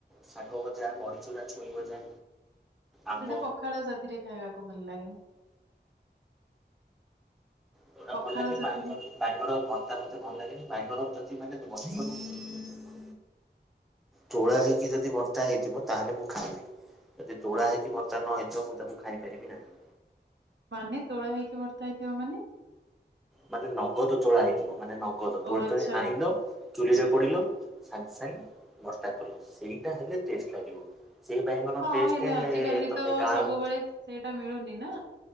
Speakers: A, in the centre; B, on the right.
A: ଶାଗଭଜା ବଡ଼ିଚୁରା ଛୁଇଁ ଭଜା ଆମ୍ବ
B: ସେଇଟା ପଖାଳ ସାଥିରେ ଖାଇବାକୁ ଭଲ ଲାଗେ।
A: ଯୋଉଟା
B: ପଖାଳ
A: ଭଲ ଲାଗେ
B: ସାଥିରେ
A: ପାଣି ବାଙ୍ଗଲୋର ଭର୍ତ୍ତା ମତେ ଭଲ ଲାଗେନି। ବାଙ୍ଗଲୋର ଯଦି ମାନେ ବ୍ୟବସ୍ଥା କର ତୋଳା ହେଇକି ଯଦି ଭର୍ତ୍ତା ହେଇଥିବ ତାହେଲେ ମୁଁ ଖାଇବି। ଯଦି ତୋଳାହେଇକି ଭଜା ନ ହେଇ ଥିବ ମୁଁ ତାକୁ ଖାଇପାରିବି ନାହିଁ।
B: ମାନେ ତୋଳା ହେଇକି ଭର୍ତ୍ତା ହେଇଥିବ ମାନେ।
A: ମାନେ ନଗଦ ତୋଳ ହେଇଥିବ ମାନେ ନଗଦ ତୋଳି
B: ଓ ଆଚ୍ଛା।
A: ତୋଳି ଆଣିଲ। ଚୁଲିରେ ପୋଡ଼ିଲ ସାଙ୍ଗେ ସାଙ୍ଗେ ଭ୍ରାତା କଲ ସେଇଟା ହେଲେ ଟେଷ୍ଟ ଲାଗିବ। ସେଇ ବାଇଗଣ
B: ହଁ
A: ଟେଷ୍ଟ
B: ହଁ ହେଲେ ଆଜିକାଲି
A: ତମେ
B: ତ
A: ଗାଁ
B: ସବୁବେଳେ ସେଇଟା ମିଳୁନି ନା